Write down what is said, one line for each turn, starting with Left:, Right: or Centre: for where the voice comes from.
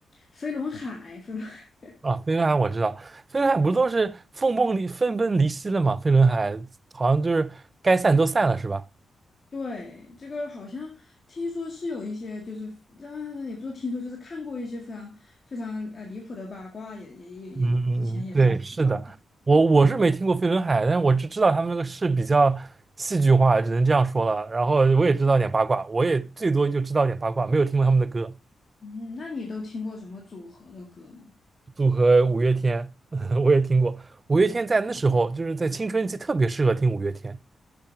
Left: 飞轮海，飞轮海，
Right: 啊，飞轮海我知道，飞轮海不是都是分崩离分崩离析了吗？飞轮海好像就是该散都散了，是吧？
Left: 对，这个好像听说是有一些，就是啊，也不说听说，就是看过一些非常非常呃离谱的八卦，也也也也也之前也是八卦的，
Right: 嗯嗯，嗯对，是的，我我是没听过飞轮海，但是我只知道他们那个是比较戏剧化，只能这样说了。然后我也知道点八卦，我也最多就知道点八卦，没有听过他们的歌。
Left: 嗯，那你都听过什么组合的歌呢？
Right: 组合五月天，<laughs> 我也听过。五月天在那时候就是在青春期特别适合听五月天，